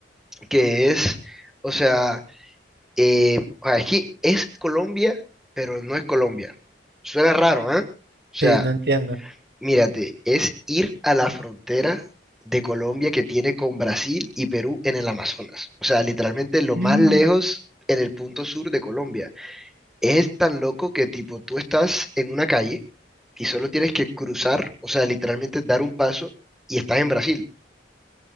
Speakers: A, in the centre; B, on the right.
A: que es, o sea, eh, ah, es que es Colombia, pero no es Colombia. Suena raro, ¿eh? O sea,
B: Sí, no entiendo.
A: mírate, es ir a la frontera de Colombia que tiene con Brasil y Perú en el Amazonas. O sea, literalmente lo
B: Mm.
A: más lejos en el punto sur de Colombia. Es tan loco que tipo tú estás en una calle y solo tienes que cruzar, o sea, literalmente dar un paso y estás en Brasil.